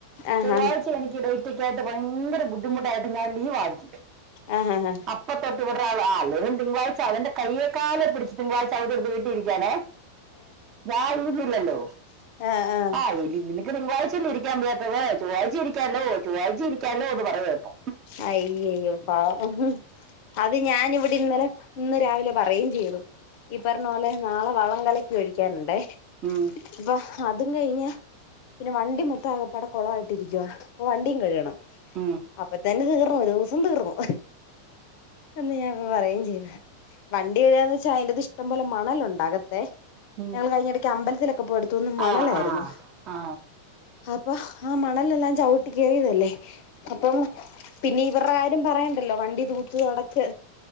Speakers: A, on the left (about 45°); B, on the right (about 35°).
A: ആഹ്
B: ചൊവ്വാഴ്ച എനിക്ക് <unintelligible> ക്കായിട്ട് ഭയങ്കര ബുദ്ധിമുട്ടായിട്ട് ഞാൻ ലീവാരുന്നു.
A: ആഹ് ആഹ് ആഹ്
B: അപ്പത്തൊട്ടിവിടൊരാള് ആ തിങ്കളാഴ്ച തെന്റെ കയ്യെകാലെ പിടിച്ച് തിങ്കളാഴ്ച അവധിയെടുത്ത് വീട്ടിയിരിക്കാനെ. ഞാൻ ഇരുന്നില്ലല്ലോ.
A: ആഹ് ആഹ്
B: ആ ഇനി നിനക്ക് തിങ്കളാഴ്ച അല്ലേ ഇരിക്കാൻ വയ്യാത്തത്. ചൊവ്വാഴ്ച ഇരിക്കാല്ലോ ചൊവ്വാഴ്ച ഇരിക്കാല്ലോ എന്നു പറയ ഇപ്പോ.
A: അയ്യയ്യോ പാവം അത് ഞാൻ ഇവിടെ ഇന്നലെ ഇന്ന് രാവിലെ പറയുകയും ചെയ്തു ഈ പറഞ്ഞ പോലെ നാളെ വളം കലക്കി ഒഴിക്കാനുണ്ടേ.
B: മ്
A: അപ്പൊ അതും കഴിഞ്ഞു പിന്നെ വണ്ടി മു ത്ത ആകെപാടെ കൊളമായിട്ട് ഇരിക്കുവാ അപ്പൊ വണ്ടിയും കഴുകണം.
B: മ്
A: അപ്പത്തെന് തീർന്നു ഒരൂസം തീർന്നു. എന്നു ഞാൻ ഇപ്പ പറയേം ചെയ്തു. വണ്ടി കഴുകാന്ന് വെച്ച അതിനകത്തു ഇഷ്ടംപോലെ മണലുണ്ട് അകത്തെ.
B: ഉം.
A: ഞങ്ങള് കഴിഞ്ഞ ഇടക്ക്‌ അമ്പലത്തിൽ ഒക്കെ പോയിടത്തുന്നു മണൽ
B: ആ
A: ആയിരുന്നു
B: ആ ആ
A: അപ്പ് ആ മണൽ എല്ലാം ചവിട്ടി കേറിയതല്ലേ അപ്പം പിന്നെ ഇവർടെ കാര്യം പറയാണ്ടാല്ലോ വണ്ടി തൂത്തു തൊടച്ച്